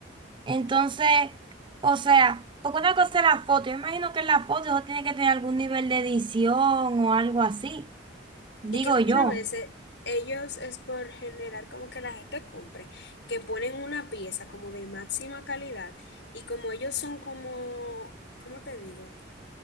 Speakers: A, on the right; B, on the left.
A: Entonces, o sea, porque una cosa es la foto. Yo imagino que en la foto eso tiene que tener algún nivel de edición o algo así, digo
B: Y que muchas
A: yo.
B: veces ellos es por generar como que la gente compre, que ponen una pieza como de máxima calidad y como ellos son como, ¿cómo te digo?